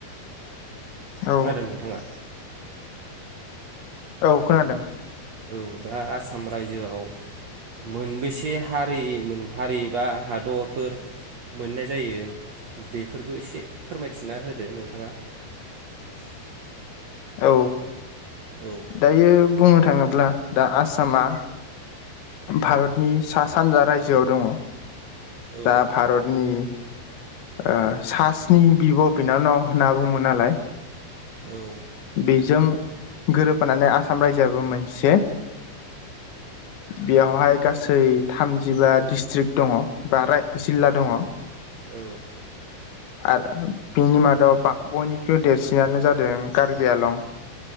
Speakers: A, on the left; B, on the right.
A: औ
B: खोनादों नोंथाङा?
A: औ खोनादों।
B: औ दा आसाम रायजोआव मोनबेसे हारिमोन हारि बा हादरफोर मोननाय जायो बेफोरखौ एसे फोरमायथिना होदो नोंथाङा। <unintelligible>
A: औ।
B: औ
A: दायो बुंनो थाङोब्ला दा आ सामा भारतनि सा सानजा रायजोआव दङ।
B: औ
A: दा भारतनि ओ सासनि बिब' बिनाननाव होनना बुङो नालाय
B: औ
A: बेजों गोरोबफानानै आसाम रायजोआबो मोनसे बेयावहाय गासै थामजिबा डिस्ट्रिक्ट दङ बा राय जिल्ला दङ।
B: औ
A: आरो बिनि मादाव बा बयनिख्रुइ देरसिनानो जादों कारबि आलं।